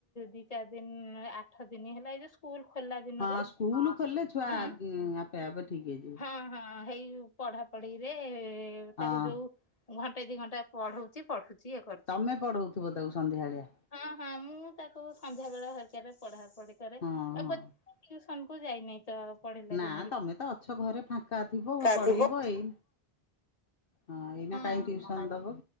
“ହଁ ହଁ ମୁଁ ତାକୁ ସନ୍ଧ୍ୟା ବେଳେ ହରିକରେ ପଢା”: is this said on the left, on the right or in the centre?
Left